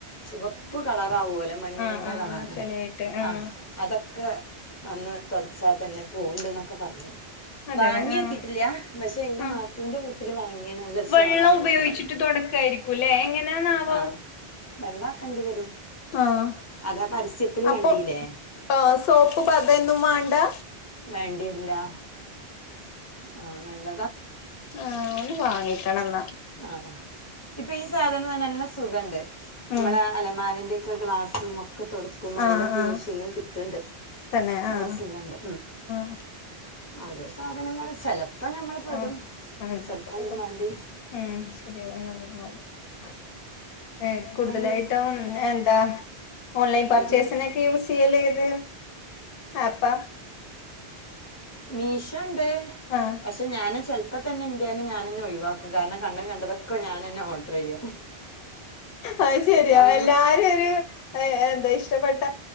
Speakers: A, on the left (about 20°); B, on the left (about 65°).
A: ചുവപ്പ് കളറാവോലൊ മണ്ണിന്റെ
B: ആഹ് ആഹ്
A: കളറ്
B: ആഹ് ചെളിയായിട്ട് ആഹ്
A: ആ അതൊ ക്കെ അന്ന് തുടച്ചാ തന്നെ പോവുണ്ട് ന്നൊക്കെ പറഞ്
B: അതെ
A: വാങ്ങിയോക്കിട്ടില്ല
B: ആഹ്
A: പക്ഷെ ന്റെ
B: ആഹ്
A: നാത്തൂന്റെ വീട്ടില് വാങ്ങിയാണ് നല്ല ഉഷാറാണെന്നൊക്കെ
B: വെള്ളം ഉപയോഗിച്ചിട്ട്
A: പറഞ്ഞു
B: തൊടക്കായിരിക്കൂല്ലേ എങ്ങനാന്നാവോ?
A: ആ വെള്ളം കണ്ടി വരും
B: ആഹ്
A: അതാ പരസ്യത്തിൽ
B: അപ്പൊ
A: കണ്ടില്ലേ
B: ആ സോപ്പ് പതൊന്നും വേണ്ടാ?
A: വേണ്ടിയരില്ലാ ആ നല്ല
B: ആഹ് ഒന്ന് വാങ്ങിക്കണന്നാ.
A: ആഹ് ഇപ്പൊ ഈ സാധനം തന്നെല്ല സുഖണ്ട് നമ്മളെ
B: ഉം
A: അലമാരീന്റെ ഒക്കെ ഗ്ലാസ്സും ഒക്കെ ഒക്കെ തുടക്കുമ്പോ നല്ല
B: ആഹ്
A: ഫിനിഷിങ്
B: ആഹ്
A: കിട്ടിണ്ട്
B: തന്നെ
A: നല്ല
B: ആഹ്
A: സുഖുണ്ട്.
B: ആഹ്.
A: ആരോ സാധനങ്ങള് ചെലപ്പോ ഞമ്മൾ പെടും
B: ആഹ് അങ്ങനെ
A: <unintelligible>
B: ചെലപ്പോ പെടും
A: മാണ്ടി
B: ഉം ശരിയാകും <unintelligible> ഏ
A: എനിക്കാണെങ്കിൽ
B: കൂടുതലായിട്ടും എന്താ ഓൺലൈൻ
A: പൊടി
B: പർച്ചേസിനൊക്കെ
A: പിടിച്ച്
B: യൂസ് ചെയ്യല് ഏത് ആപ്പാ?
A: മീശോണ്ട്
B: ആഹ്
A: പക്ഷെ ഞാന് ചെൽ പ്പം തന്നെ ഇൻ്റെന്ന് ഞാനന്നൊഴവാക്കും കാരണം കണ്ണ് കണ്ടതൊക്കെ ഞാനെന്നെ ഓർഡർ ചെയ്യും.
B: അത് ശരിയാ
A: ഞമ്മ
B: എല്ലാരും ഒരു എന്താ ഇഷ്ടപ്പെട്ട